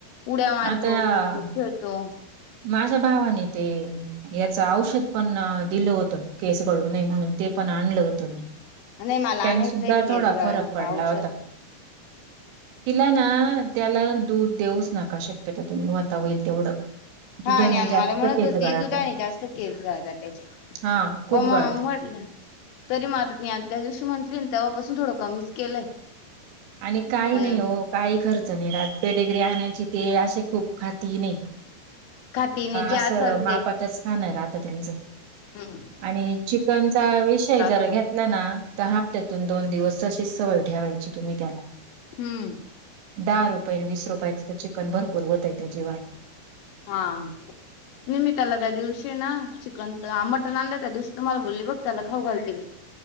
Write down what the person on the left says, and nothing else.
उड्या मारतो
पेतो खेळतो
नाही मला आणायचंय
केस
गळण्याच
औषध
हा आणि अनु
मला म्हणत
होती
दुधाने
जास्त केस घाळतात त्याचे
पमा
आम म्हटलं तरी म आता ती त्या दिवशी म्हटली तेव्हापासून थोडं कमीच केलंय
पण
खाती नाही जे
असेल
हा
होतो
हम्म
हां निमित त्याला त्या दिवशी ना चिकन तर मटन आणलं त्या दिवशी तुम्हाला बोलली बघ त्याला खाऊ घालते मी <inaudible>